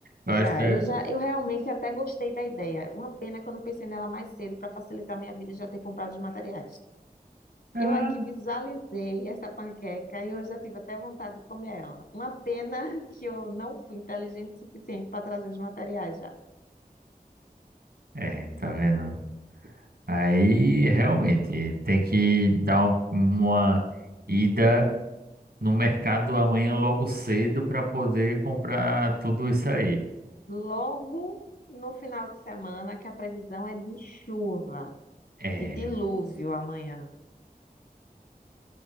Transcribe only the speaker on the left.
Já,
eu já, eu realmente até gostei da ideia. Uma pena que eu não pensei nela mais cedo para facilitar minha vida e já ter comprado os materiais.
Eu aqui visualizei essa panqueca e eu já tive até vontade de comer ela. Uma pena <laughs> que eu não fui inteligente o suficiente para trazer os materiais já.
Logo no final de semana, que a previsão é de chuva,
de dilúvio amanhã.